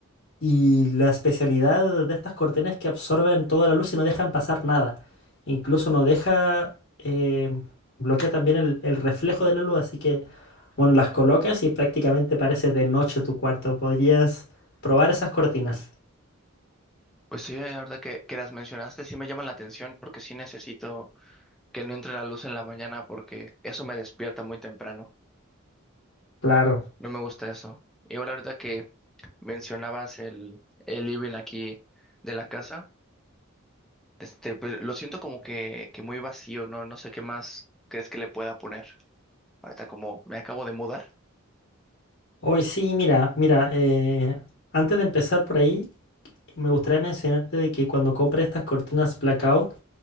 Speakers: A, on the left (about 55°); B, in the centre.
A: Y la especialidad de estas cortinas es que absorben toda la luz y no dejan pasar nada. Incluso no deja, eh, bloquea también el, el reflejo de la luz. Así que, bueno, las colocas y prácticamente parece de noche tu cuarto. Podrías probar esas cortinas.
B: Pues sí, la verdad que, que las mencionaste sí me llaman la atención porque sí necesito. que no entre la luz en la mañana porque eso me despierta muy temprano.
A: Claro.
B: No me gusta eso. Y ahora ahorita que mencionabas el, el living aquí de la casa, este, pues lo siento como que, que muy vacío, ¿no? No sé qué más crees que le pueda poner. Ahorita como me acabo de mudar.
A: Hoy sí, mira, mira, eh, antes de empezar por ahí, me gustaría mencionarte de que cuando compres estas cortinas blackout,